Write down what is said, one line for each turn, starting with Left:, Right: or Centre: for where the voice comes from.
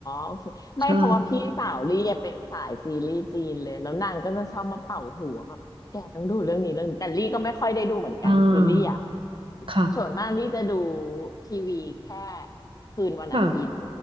Left: โอเคไม่เพราะว่าพี่สาวลี่อะเป็นสายซีรีส์จีนเลยแล้วนางก็จะชอบมาเป่าหัวแบบแกต้องดูเรื่องนี้เรื่องนี้แต่ลี่ก็ไม่ค่อยได้ดูเหมือนกันคือลี่อ่ะ
Right: ใช่อ่าค่ะ
Left: ส่วนมากลี่จะดูทีวีแค่คืนวันอาทิตย์
Right: ค่ะ